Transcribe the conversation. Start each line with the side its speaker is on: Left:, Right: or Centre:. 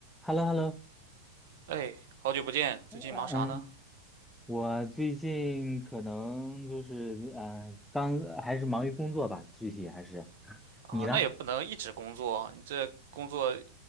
Centre: h e l l o h e l l o
Right: 哎，好久不见，最近忙啥呢？
Centre: 嗯，我最近可能就是嗯、呃刚还是忙于工作吧，具体还是
Right: 啊，
Centre: 你呢？
Right: 那也不能一直工作，你这工作